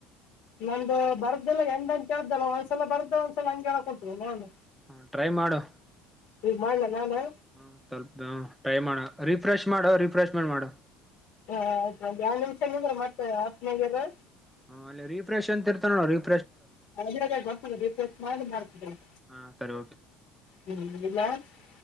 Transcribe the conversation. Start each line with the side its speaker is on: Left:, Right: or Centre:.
Left: ನಮ್ದು ಬರ್ದೆಲ್ಲ ಹೆಂಗ್ತ ಹೇಳೇಳ್ ಒಂದ್ಸಲ ಬರ್ದ್ದೆ ಒಂದ್ಸಲ ಹಂಗೆ ಹೇಳಕನಂತಿವೆ ನೊಡೋಣ.
Centre: ಹಾ ಟ್ರೈ ಮಾಡು.
Left: ಈಗ ಮಾಡ್ಲ ನಾನೇ?
Centre: ಹ ಸ್ವಲ್ಪ ಟ್ರೈ ಮಾಡು ರಿಫ್ರೆಶ್ ಮಾಡು ರಿಫ್ರೆಶ್ ಮಾಡಿ ಮಾಡು.
Left: ಆಯ್ತು ಒಂದ್ ಎರಡು ನಿಮಿಷ ನಿಂದ್ರೆ ಮತ್ತೇ ಹತ್ತನೇಗೆರೆ.
Centre: ಹಾ ಅಲ್ಲಿ ರಿಫ್ರೆಶ್ ಅಂತ ಇರುತ್ತೆ ನೋಡು ರೀ.
Left: ಒಳಗಡೆ ಇದೇ ಗೊತ್ತು ರಿಫ್ರೆಶ್ ಮಾಡಿ ಮಾಡ್ತಿನೇಳು
Centre: ಹಾ ಸರಿ ಓಕೆ
Left: ಹ್ಮ್ ಇಡಲ್ಲಾ. <unintelligible>